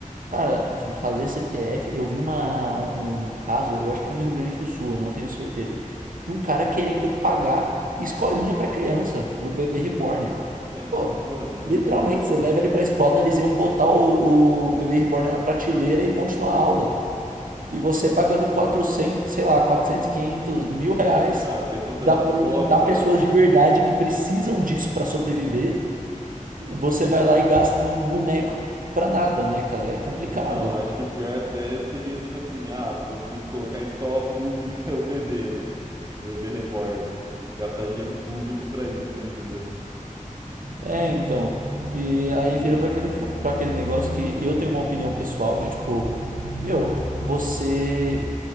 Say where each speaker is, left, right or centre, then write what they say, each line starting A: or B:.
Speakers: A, on the right (about 85°); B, on the right (about 25°).
A: Cara, fazer CPF, eu vi uma, um, um caso, eu acho que foi no Rio Grande do Sul, eu não tenho certeza, de um cara querendo pagar escolinha pra criança, pro bebê reborn.
B: É,
A: Pô,
B: mano, doideira.
A: literalmente, você leva ele pra escola, eles iam botar o, o bebê reborn na prateleira e continuar a aula. E você pagando quatrocentos sei lá, quatrocentos quinhentos mil reais,
B: Ah, a pessoa tá
A: que dá
B: disposta.
A: pra alimentar pessoas de verdade que precisam disso pra sobreviver, você vai lá e gasta num boneco pra nada, né, cara? É complicado.
B: Não, acho que o pior até seria, tipo assim, ah, fosse colocar em escola pública <laughs> o bebê, né? O bebê reborn. Gastar dinheiro público pra isso ainda.
A: É, então. E aí vira pra aquele, fo- pra aquele negócio que eu tenho uma opinião pessoal de tipo, meu, você